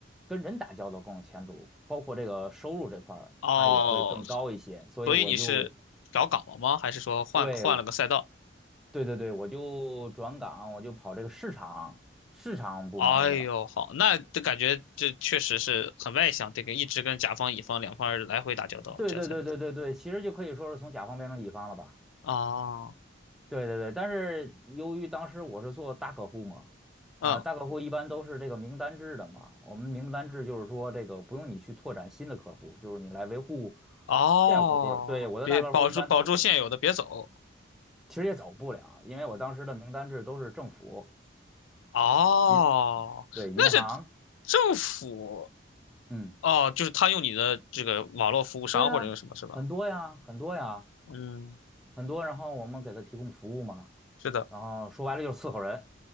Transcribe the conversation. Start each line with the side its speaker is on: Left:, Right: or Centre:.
Centre: 跟人打交道更有前途，包括这个收入这块儿，
Left: 哦，
Centre: 它也会更高一些。所以我就
Left: 所以你是调岗了吗？还是说换换了个赛道？
Centre: 对对对对，我就转岗，我就跑这个市场市场部门儿去了。
Left: 哎呦，好，那这感觉这确实是很外向，得跟一直跟甲方乙方两方来回打交道，
Centre: 对对对对对对，
Left: 这样才能。
Centre: 其实就可以说是从甲方变成乙方了吧。
Left: 哦，
Centre: 对对对，但是由于当时我是做大客户嘛，
Left: 嗯
Centre: 呃，大客户一般都是这个名单制的嘛。我们名单制就是说，这个不用你去拓展新的客户，就是你来维护
Left: 哦，
Centre: 现有客户。对，我的大客户一般都
Left: 别保住保住现有的，别走。
Centre: 其实也走不了，因为我当时的名单制都是政府、
Left: 哦，
Centre: 银，对，银行，
Left: 那是政府
Centre: 嗯，
Left: 哦，就是他用你的这个网络服务商或者用什么是吧？
Centre: 对呀，很多呀，很多呀。
Left: 嗯，
Centre: 很多，然后我们给他提供服务嘛，
Left: 是的，
Centre: 然后说白了就是伺候人